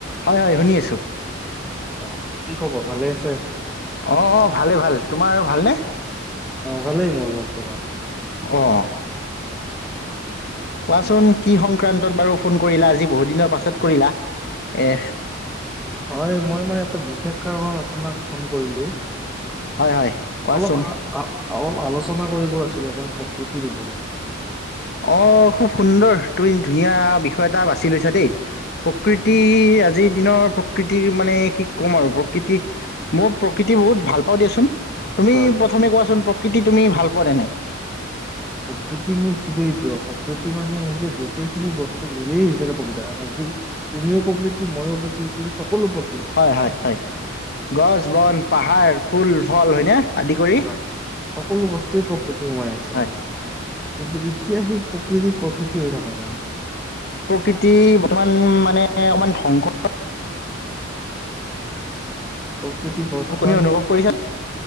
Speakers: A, on the left; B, in the centre.
A: হয় হয় শুনি আছোঁ
B: অক কি খবৰ ভালে আছে?
A: অ ভালেই ভাল তোমাৰ ভালনে?
B: অ ভালেই মোৰ বৰ্তমান।
A: অহ কোৱাচোন কি সংক্ৰান্তত বাৰু ফোন কৰিলা আজি বহুত দিনৰ পাছত কৰিলা এ
B: হয় মই মানে এটা বিশেষ কাৰণত আপোনাক ফোন কৰিলোঁ।
A: হয় হয় কোৱাচোন
B: অলপ আ আ অলপ আলোচনা কৰিব আছিলে মানে প্ৰকৃতিৰ ওপৰত।
A: অঁ খুব সুন্দৰ তুমি ধুনীয়া বিষয় এটা বাছি লৈছা দেই প্ৰকৃতি আজিৰ দিনৰ প্ৰকৃতিৰ মানে কি ক'ম আৰু প্ৰকৃতি মই প্ৰকৃতি বহুত ভাল পাওঁ দিয়াচোন। তুমি
B: হয়।
A: প্ৰথমে কোৱাচোন প্ৰকৃতি তুমি ভাল পোৱানে নাই?
B: প্ৰকৃতি মোৰ খুবেই প্ৰিয় প্ৰকৃতি মানে হৈছে গোটেইখিনি বস্তু মিলিয় হৈছে প্ৰকৃতি আ তুমিও প্ৰকৃতি মইও প্ৰকৃতি সকলো প্ৰকৃতি।
A: হয় হয় হয় গছ বন পাহাৰ, ফুল, ফল হয়নে আদি কৰি
B: হয় সকলো বস্তুৱে প্ৰকতি সোমাই আছে
A: হয়
B: কিন্তু এতিয়া সেই প্ৰকৃতি প্ৰকৃতি হৈ থকা নাই।
A: প্ৰকৃতি বৰ্তমান মানে অকমান ধ্বংস
B: প্ৰকৃতি বৰ্তমান
A: তুমি অনুভৱ কৰিছা